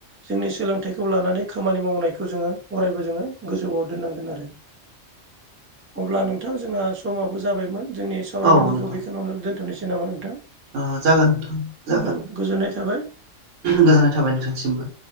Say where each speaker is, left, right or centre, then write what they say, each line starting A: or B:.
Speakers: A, on the right; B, on the right.
A: जोंनि सोलोंथाइ खौ लानानै खामानि मावनायखौ जोङो अरायबो जोङो गोजौआव दोननांगोन आरो अब्ला नोंथां जोंहा समाबो जाबायमोन जोंनि सावरायनांगौखौ
B: औ नोंथां
A: बेखौावनो दोनथ'नोसै नामा नोंथां।
B: ओ जागोन जागोन
A: औ गोजोननाय थाबाय
B: गोजोननाय थाबाय नोंथांसिमबो।